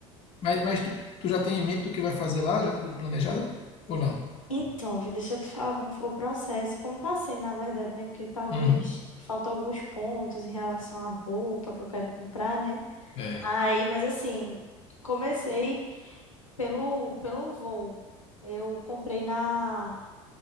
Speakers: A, on the left; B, on the left.
A: Mas, mas tu, tu já tem em mente o que vai fazer lá? Já tem tudo planejado? Ou não?
B: Então, Vi, deixa eu te falar como foi o processo, como tá sendo, na verdade, né? Porque talvez
A: Uhum.
B: faltam alguns pontos em relação à roupa que eu quero comprar, né?
A: É,
B: Aí, mas assim, comecei pelo, pelo voo. Eu comprei na,